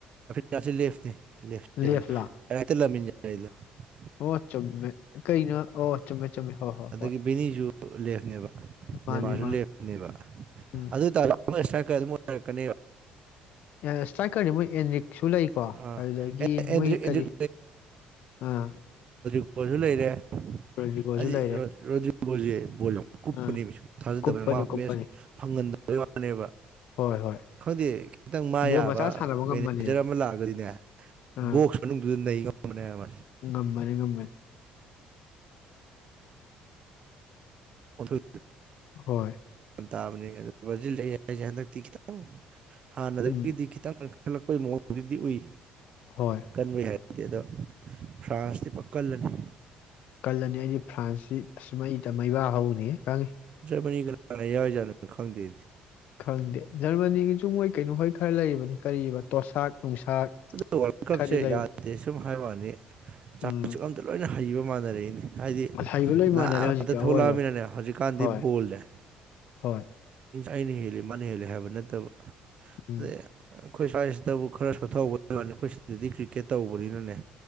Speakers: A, on the right; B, on the left.
A: ꯆꯁꯤ ꯂꯦꯞꯅꯦ ꯂꯞꯕꯅꯦꯛꯇꯃꯤ
B: ꯂꯦꯐꯂꯥ
A: ꯑꯂ <unintelligible> <inaudible>
B: ꯑꯣ ꯆꯨꯝꯃꯦ ꯀꯩꯅꯣ ꯑꯣ ꯆꯨꯝꯃꯦ ꯆꯨꯝꯃꯦ ꯍꯣꯏ ꯍꯣꯏ
A: ꯑꯗꯒꯤ
B: ꯍꯣꯏ
A: ꯕꯤꯅꯤꯁꯨ ꯂꯦꯐꯅꯦꯕ
B: ꯃꯥꯅꯤ
A: ꯅꯦꯃꯔ ꯁꯨ
B: ꯃꯥꯅꯤ
A: ꯂꯞꯄꯅꯦꯕ
B: ꯎꯝ
A: ꯑꯗꯨ ꯇ <unintelligible> <inaudible> ꯀꯅꯤꯕ
B: ꯏꯁꯇ꯭ꯔꯥꯏꯀꯔꯗꯤ ꯃꯣꯏ ꯑꯦꯟꯔꯤꯛꯁꯨ ꯂꯩꯀꯣ
A: ꯑꯥ
B: ꯑꯗꯨꯗꯒꯤ
A: ꯑꯦꯟꯗ꯭ꯔꯤꯛ
B: ꯃꯣꯏꯒꯤ
A: ꯑꯦꯟꯗ꯭ꯔꯤꯛ
B: ꯀꯔꯤ ꯑꯥ
A: ꯀꯣꯏꯁꯨ ꯂꯩꯔꯦ
B: ꯔꯣꯗ꯭ꯔꯤꯒꯣꯁꯨ
A: ꯍꯥꯏꯗꯤ
B: ꯂꯩꯔꯦ
A: ꯔꯣꯗꯤ꯭ꯔꯤꯒꯣꯜꯁꯦ ꯕꯣꯜ ꯌꯥꯝ ꯀꯨꯞꯄꯅꯦ
B: ꯑꯥ
A: ꯃꯤ ꯁꯨꯝ ꯊꯥꯖꯗꯕꯅꯤ
B: ꯀꯨꯞꯄꯅꯤ ꯀꯨꯞꯄꯅꯤ
A: ꯃꯦꯠꯁ ꯐꯪꯍꯟꯗꯕꯩ ꯋꯥꯅꯦꯕ
B: ꯍꯣꯏ ꯍꯣꯏ
A: ꯈꯪꯗꯦ ꯈꯤꯇꯪ ꯃꯥ
B: ꯕꯣꯜ
A: ꯌꯥꯕ
B: ꯃꯆꯥ ꯁꯥꯟꯅꯕ
A: ꯃꯦꯅꯦꯖꯔ
B: ꯉꯝꯕꯅꯦ
A: ꯑꯃ ꯂꯥꯛꯑꯒꯗꯤꯅꯦ
B: ꯑꯥ
A: ꯕꯣꯛꯁ ꯃꯅꯨꯡꯗꯨꯗ ꯅꯩ ꯉꯝꯕꯅꯦ
B: ꯉꯝꯕꯅꯤ ꯉꯝꯕꯅꯤ
A: <unintelligible> <inaudible>
B: ꯍꯣꯏ
A: ꯥꯕꯅꯤ <unintelligible> <inaudible> ꯑꯪ ꯍꯥꯥꯅ ꯗ
B: ꯎꯝ
A: ꯒꯤ ꯗꯤ ꯈꯤ ꯇꯪ ꯁꯜꯂꯛꯄꯒꯤ ꯃꯑꯣꯡꯗꯨꯗꯤ ꯎꯏ
B: ꯍꯣꯏ
A: ꯀꯟꯚ <unintelligible> <inaudible> ꯗꯦꯗ ꯐ꯭ꯔꯥꯟꯁꯇꯤ ꯄꯥꯀꯜꯂꯅꯤ
B: ꯀꯜ ꯂꯅꯤ ꯗꯤ ꯐ꯭ꯔꯥꯟꯁꯁꯤ ꯑꯁꯃꯩ ꯇ ꯃꯩꯕ ꯍꯧꯅꯤ ꯈꯪꯉꯤ
A: ꯖꯔꯃꯅꯤ ꯀꯅꯥꯅ ꯌꯥꯎꯔꯤꯖꯥꯠꯅꯣ ꯈꯪꯗꯦ
B: ꯈꯪꯗꯦ ꯖꯔꯃꯅꯤꯒꯤꯁꯨ ꯃꯣꯏ ꯀꯩꯅꯣ ꯍꯣꯏ ꯈꯔ ꯂꯩꯔꯤꯕꯅꯤ ꯀꯔꯤ ꯇꯣꯁꯥꯛ ꯅꯨꯡꯁꯥꯛ
A: ꯑ ꯋꯥꯔꯜ ꯀꯞꯁꯦ
B: ꯈꯔꯗꯤ ꯂꯩꯕ
A: ꯌꯥꯗꯦ ꯁꯨꯝ ꯍꯥꯏꯕꯅꯤ ꯆ
B: ꯎꯝ
A: ꯑꯇ ꯂꯣꯏꯅ ꯍꯩꯕ ꯃꯥꯟꯅꯔꯛꯏꯅꯤ ꯍꯥꯏꯗꯤ
B: ꯍꯩꯕ ꯂꯣꯏ
A: ꯅꯍꯥꯛ
B: ꯃꯥꯟꯅꯔꯦ
A: ꯉꯥꯛꯇ
B: ꯍꯧꯖꯤꯛꯇꯤ
A: ꯊꯣꯛꯂꯛꯑꯃꯤꯅꯅꯦ
B: ꯑꯋꯣꯏꯕ
A: ꯍꯧꯖꯤꯛꯀꯥꯟꯗꯤ
B: ꯍꯣꯏ
A: ꯕꯣꯜꯅꯦꯦ
B: ꯍꯣꯏ
A: ꯑꯩꯅ ꯍꯦꯜꯂꯤ ꯃꯥꯅ ꯍꯦꯜꯂꯤ ꯍꯥꯏꯕ ꯅꯠꯇꯕ
B: ꯎꯝ
A: ꯑꯗꯩ ꯑꯩꯈꯣꯏ ꯁ꯭ꯋꯥꯏꯁꯤꯗꯕꯨ ꯈꯔ ꯁꯣꯊꯍꯧꯕꯅꯤ ꯑꯩꯈꯣꯏ ꯁꯤꯗꯗꯤ ꯀ꯭ꯔꯤꯛꯀꯦꯠ ꯇꯧꯕꯅꯤꯅꯅꯦ